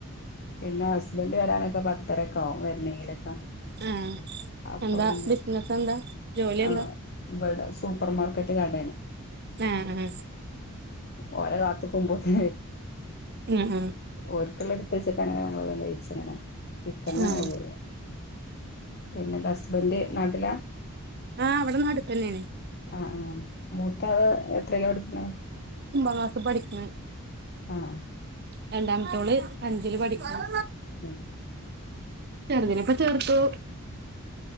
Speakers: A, on the left; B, on the right.
A: പിന്നെ ഹസ്ബന്ഡ് വരാനൊക്കെ പത്തരക്കെ ആും വരുന്നെങ്കിലൊക്കെ
B: ആഹ്
A: അപ്പൊ
B: എന്താ
A: ഇന്നെ
B: ബിസിനസ് എന്താ ജോലി എന്താ
A: ആ ഇടെ സൂപ്പർമാർക്കറ്റ് കടയാണ്
B: ആഹ ആഹ
A: ഓര കാത്തക്കുമ്പോത്ത
B: ആഹ് ആഹ്
A: ഒരിക്ക അങ്ങനളങ്ങനെങ്ങനെ
B: ആഹ്
A: പോ പിന്നെ ഹസ്ബന്റ്് നാട്ടിലാ
B: ആഹ് അവിടന്ന് അടുത്ത തന്നെയണ
A: ആ ആ മൂത്തത് എത്രയൊക്ക എടുക്കുന്ന
B: ക്ലസ പഠിക്ക
A: ആഹ
B: രണ്ടാമത്തോള് അഞ്ചില് പഠിക്കണം
A: ഉ
B: ചെറുദിനെപ്പൊ ചെർത്തു